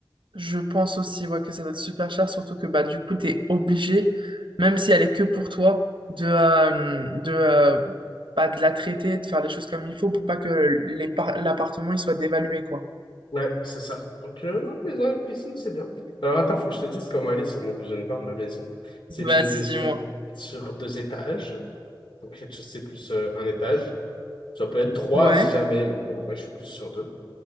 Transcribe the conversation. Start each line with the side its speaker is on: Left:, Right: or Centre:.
Right: Je pense aussi ouais, que ça doit être super cher, surtout que bah du coup t'es obligé, même si elle est que pour toi, de euh, de euh, bah, de la traiter, de faire les choses comme il faut pour pas que les par- l'appartement il soit dévalué quoi.
Left: Ouais, c'est ça. Donc, euh, non, maison avec piscine, c'est bien. Alors, attends, faut que je te dise comment elle est sur mon vision board, ma maison. C'est
Right: Vas-y,
Left: une maison
Right: dis-moi.
Left: sur deux étages. Donc, rez-de-chaussée plus euh, un étage. Ça peut être trois
Right: Ouais.
Left: si jamais, mais bon, ouais, je suis plus sur deux.